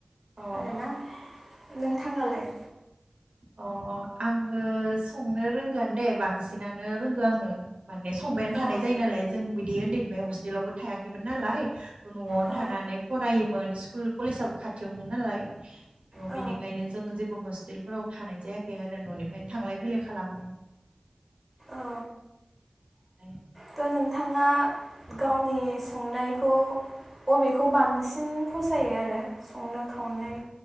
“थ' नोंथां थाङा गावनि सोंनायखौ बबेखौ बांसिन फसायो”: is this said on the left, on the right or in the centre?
Centre